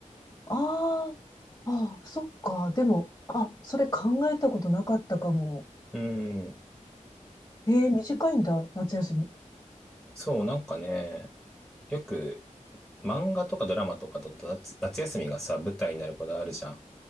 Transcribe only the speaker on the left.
ああ、ああ、そっか。でも、あ、それ考えたことなかったかも。
ええ短いんだ、夏休み。